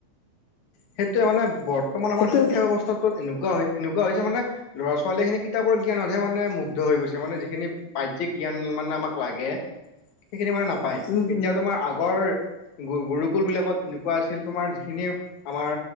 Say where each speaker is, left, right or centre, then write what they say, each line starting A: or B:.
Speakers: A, on the left (about 65°); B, on the left (about 80°).
A: সেইটোয়ে মানে বৰ্তমান আমাৰ
B: সেইটো
A: শিক্ষা ব্যৱস্থাটোত এনেকুৱা হয়। এনেকুৱা হৈছে মানে ল'ৰা ছোৱালীখিনি কিতাপৰ জ্ঞানতহে মানে মুগ্ধ হৈ গৈছে মানে যিখিনি বাহ্যিক জ্ঞান মানে আমাক লাগে স্কুলবিলাকত
B: উম উম
A: এনেকুৱা আছিল তোমাৰ যিখিনি আমাৰ